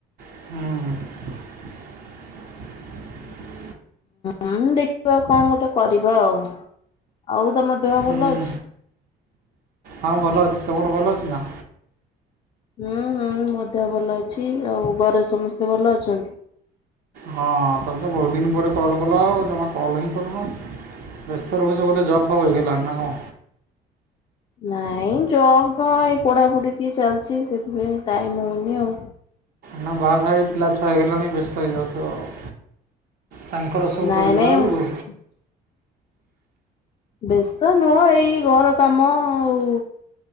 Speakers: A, on the right; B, on the left.
A: ହୁଁ। <inaudible>
B: ଉଁ ଦେଖିଆ କଣ ଗୋଟେ କରିବା ଆଉ। ଆଉ ତମ ଦେହ
A: ହୁଁ
B: ଭଲ ଅଛି?
A: ହଁ ଭଲ ଅଛି। ତମର ଭଲ ଅଛି ନା?
B: ହୁଁ ହୁଁ ମୋ ଦେହ ଭଲ ଅଛି। ଆଉ ଘରେ ସମସ୍ତେ ଭଲ ଅଛନ୍ତି?
A: ହଁ ତମେ ତ ବହୁତ୍ ଦିନ୍ ପରେ କଲ୍ କଲ ଆଉ ଜମା କଲ୍ ହିଁ କରୁନ। ବ୍ୟସ୍ତ ରହୁଛ ବୋଧେ ଜବ୍ ଫବ୍ ହେଇଗଲାଣି ନା କଁ?
B: ନାଇଁ ଜବ୍ କଁ ଏଇ ପଢାପଢି ଟିକେ ଚାଲିଛି ସେଥିପାଇଁ ଟାଇମ୍ ହଉନି ଆଉ।
A: ନା ବାହାସାଆ ହେଇକି ପିଲା ଛୁଆ ହେଇଗଲାଣି ବ୍ୟସ୍ତ ହେଇଯାଉଥିବ ଆଉ। ତାଙ୍କର ସବୁ
B: ନାଇଁ
A: କଲା
B: ନାଇଁ
A: ବେଳକୁ
B: ମୁଁ। ବ୍ୟସ୍ତ ନୁହଁ ଏଇ ଘର କାମ ଆଉ।